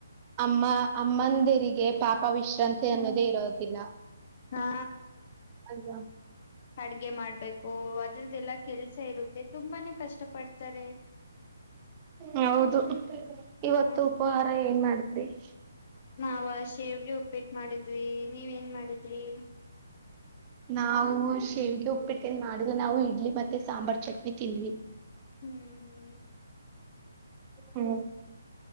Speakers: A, on the right (about 20°); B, on the left (about 40°).
A: ನಮ್ಮ ಅಮ್ಮಂದಿರಿಗೆ ಪಾಪ ವಿಶ್ರಾಂತಿ ಅನ್ನೋದೇ ಇರೋದಿಲ್ಲ
B: ಹಾ
A: ಅಲ್ವಾ
B: ಅಡುಗೆ ಮಾಡ್ಬೇಕು ಅದ್ರದ್ದೆಲ್ಲಾ ಕೆಲಸ ಇರುತ್ತೆ ತುಂಬಾನೇ ಕಷ್ಟ ಪಡ್ತಾರೆ
A: ಹೌದು ಇವತ್ತು
B: ಹ್ಮ್
A: ಉಪಹಾಹಾರ ಏನ್ ಮಾಡ ಅದೇ <inaudible>
B: ನವ ಶೇವಗೆಉಪ್ಪಿ ಉಪ್ಪೆಟ್ ಮಾಡಿದ್ವಿ ನೀವೇನ್ ಮಾಡಿದ್ರಿ
A: ನಾವು ಶೇವಗೆ ಉಪ್ಪಿಟ್ಟನ್ ಮಾಡಿದ ನಾವು ಇಡ್ಲಿ ಮತ್ತೆ ಸಾಂಬಾರ್ ಚಟ್ನಿ ತಿಂದ್ವಿ
B: ಹ್ಮ್ ಹ್ಮ್ <inaudible>
A: ಉ